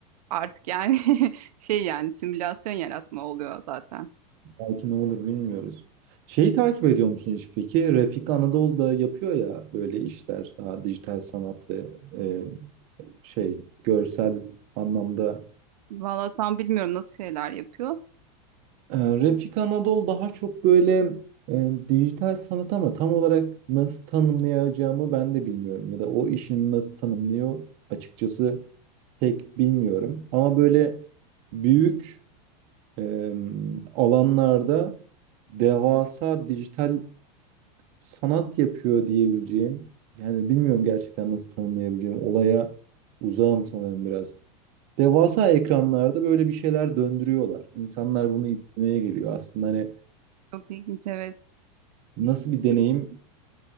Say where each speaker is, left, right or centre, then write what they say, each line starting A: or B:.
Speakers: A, on the right; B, on the right.
A: artık yani <laughs> şey yani simülasyon yaratma oluyor zaten.
B: belki ne olur bilmiyoruz. Şeyi takip ediyor musun hiç peki? Refik Anadolu'da yapıyor ya böyle işler daha dijital sanat ve e, şey görsel anlamda.
A: Vallahi tam bilmiyorum nasıl şeyler yapıyor.
B: Ee, Refik Anadol daha çok böyle e, dijital sanat ama tam olarak nasıl tanımlayacağımı ben de bilmiyorum. Ya da o işini nasıl tanımlıyor açıkçası pek bilmiyorum. Ama böyle büyük e, alanlarda devasa dijital sanat yapıyor diyebileceğim. Yani bilmiyorum gerçekten nasıl tanımlayabileceğim. Olaya uzağım sanırım biraz. Devasa ekranlarda böyle bir şeyler döndürüyorlar. İnsanlar bunu izlemeye geliyor. Aslında hani
A: Çok ilginç evet.
B: nasıl bir deneyim